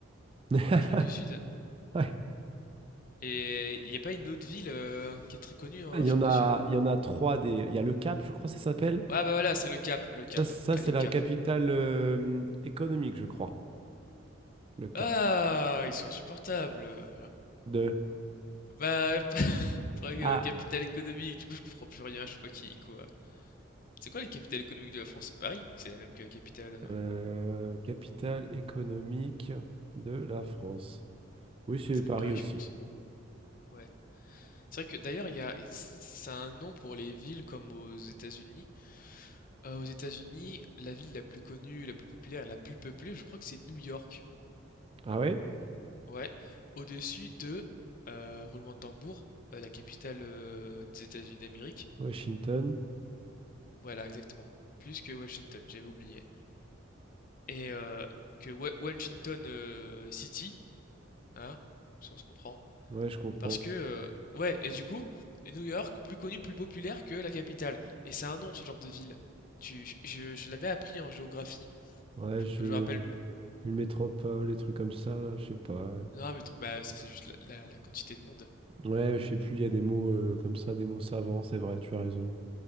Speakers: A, on the right; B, on the left.
A: <laughs>
B: Afrique du Sud?
A: Ouais.
B: Et il n'y a pas une autre ville euh, qui est très connue en
A: Il
B: Afrique
A: y en a,
B: du Sud?
A: il y en a trois des. Il y a le Cap, je crois, ça s'appelle.
B: Ouais, bah voilà, c'est le Cap, le Cap.
A: Ça, ça
B: Elle
A: c'est
B: est au
A: la
B: Cap.
A: capitale euh, économique, je crois. Le Cap.
B: Ah! Ils sont insupportables,
A: De.
B: bah, <laughs> faudrait que
A: Ah.
B: capitale économique, du coup, je comprends plus rien, je sais pas qui quoi. C'est quoi la capitale économique de la France? C'est Paris? C'est la même que la capitale, heu,
A: Euh, capitale économique de la France. Oui, c'est
B: ça doit
A: Paris
B: être Paris,
A: aussi.
B: je pense. Ouais. C'est vrai que d'ailleurs, il y a ça a un nom pour les villes comme aux États-Unis. Heu, aux États-Unis, la ville la plus connue, la plus populaire la plus peuplée, je crois que c'est New York.
A: Ah ouais?
B: Ouais. Au-dessus de, heu, roulement de tambour, heu, la capitale, heu, des États-Unis d'Amérique.
A: Washington.
B: Voilà, exactement. Plus que Washington, j'avais oublié. et euh, que Wa- Washington euh, City, hein, ça on se comprend,
A: Ouais, je comprends.
B: parce que euh, ouais, et du coup, New York, plus connu, plus populaire que la capitale, et c'est un nom ce genre de ville. Tu, je, je- je l'avais appris en géographie.
A: Ouais,
B: Je
A: je.
B: me je me rappelle.
A: Une métropole, des trucs comme ça, là, je sais pas.
B: Non, mais ton- bah ça c'est juste la, la- la quantité de monde.
A: Ouais, je sais plus, il y a des mots euh, comme ça, des mots savants, c'est vrai, tu as raison.